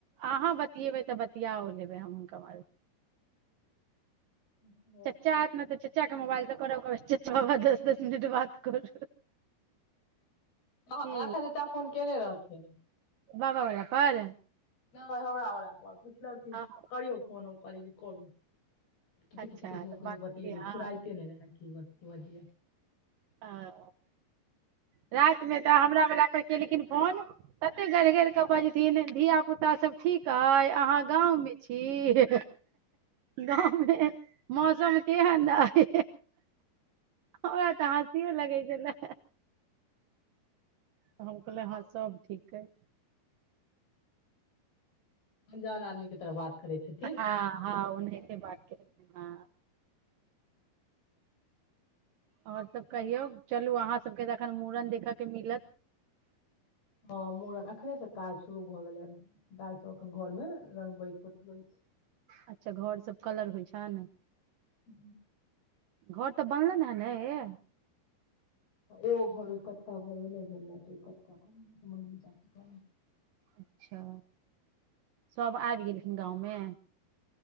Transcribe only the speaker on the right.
आहाँ बतीयेबइ तऽ बतिया औ लेबै हम हुनका
चच्चा ऐतऽ न त चच्चा के मोबाइल से करल करबै चच्चा दस दस मिनट बात करू
की
बाबा बला पर
हँ
अच्छा
तऽ
बात
करियै अहाँ
आ राति मे तऽ हमरा बला पे केलखीन तन कते गढ़ि गर केऽ बजथिन धिया पुता सब ठीक त अहाँ गाँंवमे छी गाँवमे मौसम केहन अई हमरा त हं सी लगै छले हम कहले हँ सब ठीक अए
हँ हँ ओ से बात कर ह ओर सब कहियौ चलू अहाँ सबके तऽ एखन मूड़न देखय के मिलत
अच्छा घर सब कलर होइ छन
घर तऽ बनलैन है न ए
अच्छा सभ आबि गेलखिन गाँव मे